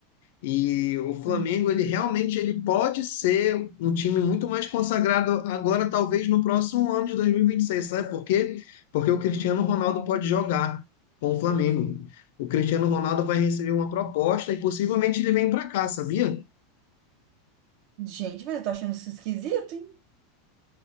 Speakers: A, on the left; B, on the right.
A: E o Flamengo,
B: Uhum.
A: ele realmente ele pode ser um time muito mais consagrado agora, talvez no próximo ano de 2026, sabe por quê? Porque o Cristiano Ronaldo pode jogar com o Flamengo. O Cristiano Ronaldo vai receber uma proposta e possivelmente ele vem para cá, sabia?
B: Gente, mas eu tô achando isso esquisito, hein?